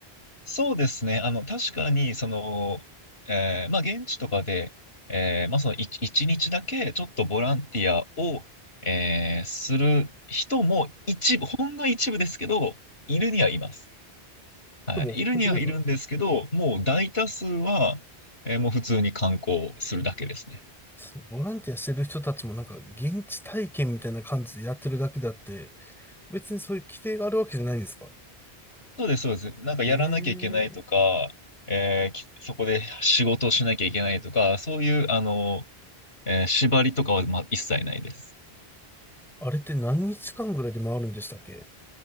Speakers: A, on the left; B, in the centre.
A: そうですね。あの、確かに、その、えーまあ、現地とかで、えーまあ、その、い一日だけ、ちょっとボランティアを、えーする人も一部、ほんの一部ですけど、いるにはいます。はい。
B: でも本当になんか、
A: いるにはいるんですけど、もう大多数は、えーもう普通に観光するだけですね。
B: そのボランティアしてる人たちもなんか現地体験みたいな感じでやってるだけであって、別にそういう規定があるわけじゃないんですか
A: そうです、そうです。なんかやらなきゃいけないとか、
B: ええー
A: えーきそこで仕事をしなきゃいけないとか、そういう、あの、えー縛りとかは、まあ、一切ないです。
B: あれって何日間ぐらいで回るんでしたっけ